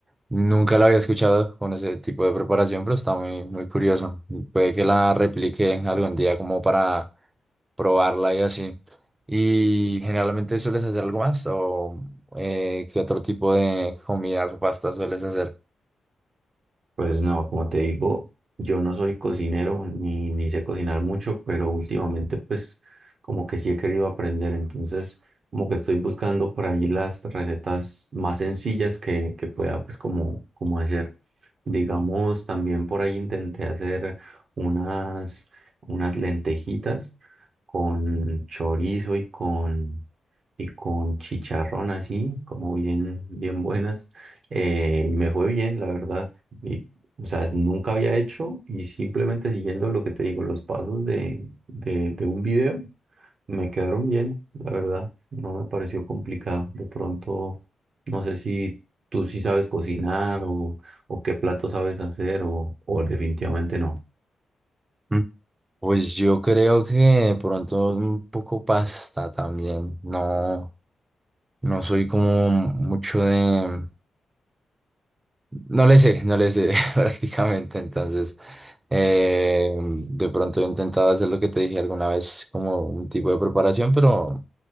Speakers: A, on the right; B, on the right.
A: nunca la había escuchado con ese tipo de preparación, pero está muy, muy curioso. Puede que la replique algún día como para probarla y así. ¿Y generalmente sueles hacer algo más o eh, qué otro tipo de comidas o pastas sueles hacer?
B: Pues no, como te digo, yo no soy cocinero ni, ni sé cocinar mucho, pero últimamente pues como que sí he querido aprender, entonces como que estoy buscando por ahí las recetas más sencillas que, que pueda pues como, como hacer. Digamos, también por ahí intenté hacer unas, unas lentejitas con chorizo y con, y con chicharrón así, como bien, bien buenas, eh, y me fue bien, la verdad. Y o sea, es- nunca había hecho y simplemente siguiendo lo que te digo, los pasos de, de, de un video me quedaron bien, la verdad. No me pareció complicado. De pronto, no sé si tú sí sabes cocinar o, o qué plato sabes hacer o, o definitivamente no.
A: Mm. Pues yo creo que de pronto un poco pasta también, no. No soy como mucho de... No le sé, no le sé <laughs> prácticamente. Entonces, eh, de pronto he intentado hacer lo que te dije alguna vez, como un tipo de preparación, pero